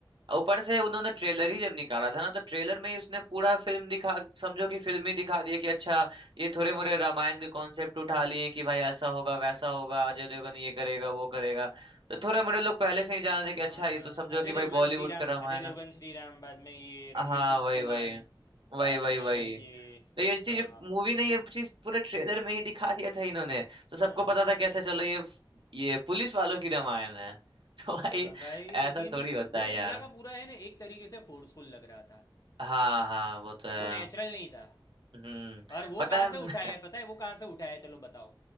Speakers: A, on the right; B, on the left.
A: ऊपर से उन्होंने ट्रेलर ही जब निकाला था ना तो ट्रेलर में ही उसने पूरा फिल्म दिखा समझो कि फिल्म ही दिखा दिया कि अच्छा ये थोड़े मोरे रामायण के कॉन्सेप्ट उठा लिए कि भाई ऐसा होगा वैसा होगा अजय देवगन ये करेगा वो करेगा
B: हाँ
A: तो थोड़े मोरे लोग पहले से ही जान रहे थे कि
B: हाँ
A: अच्छा ये
B: हाँ
A: तो समझो
B: अजय
A: कि भाई
B: देवगन
A: बॉलीवुड
B: श्री राम
A: का रामायण
B: अजय देवगन
A: है
B: श्री राम बाद में ये रणवीर
A: हाँ
B: सिंह
A: वही
B: हनुमान
A: वही वही
B: बाद
A: वही
B: में
A: वही
B: ये
A: तो ये चीज
B: आ,
A: मूवी ने ये चीज पूरे ट्रेलर में ही दिखा दिया था इन्होंने तो सबको
B: हाँ
A: पता था कि अच्छा चलो ये ये पुलिस वालों की रामायण है <laughs> तो भाई
B: हाँ भाई लेकिन
A: ऐसा थोड़ी होता
B: वो
A: है यार
B: पूरा का पूरा है ना एक तरीके से फोर्सफुल लग रहा था
A: हाँ हाँ वो तो है
B: वो नेचुरल नहीं था
A: हम्म
B: और वो
A: पता
B: कहाँ
A: है <laughs>
B: से
A: मु-
B: उठाया है पता है वो कहाँ से उठाया है चलो बताओ